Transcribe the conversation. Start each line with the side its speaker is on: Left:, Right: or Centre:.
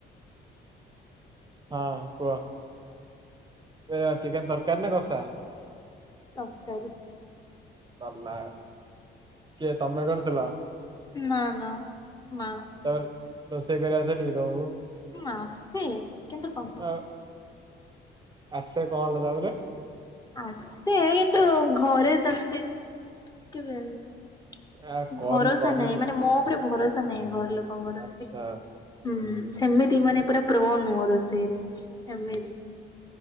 Right: ହଁ, କୁହ। ଏବେ ଚିକେନ ତରକାରୀ ନା କଷା?
Left: ତରକାରୀ।
Right: ସରିଲା ଆଉ। କିଏ ତମେ କରିଥିଲ?
Left: ଉମ୍ ନା, ନା, ନା।
Right: ତାପରେ, ରୋଷେଇ କରି ଆସେ ଟି ତମକୁ?
Left: ହୁଁ, ଆସେ କିନ୍ତୁ କମ୍ କର
Right: ଆଉ ଆସେ, କଣ ହେଲା ତାପରେ?
Left: ଆସେ କିନ୍ତୁ ଘରେ ସେମତି କେବେ <unintelligible>
Right: ଆ କରି
Left: ଭରସା
Right: କରିବୁ
Left: ନାହିଁ। ମାନେ ମୋ ଉପରେ ଭରସା ନାହିଁ, ଘର ଲୋକଙ୍କର।
Right: ଆଚ୍ଛା
Left: ଯଦି ହୁଁ, ସେମିତି ମାନେ ପୁରା ପ୍ରୋ ନୁହଁ ରୋଷେଇରେ, ଏମିତି।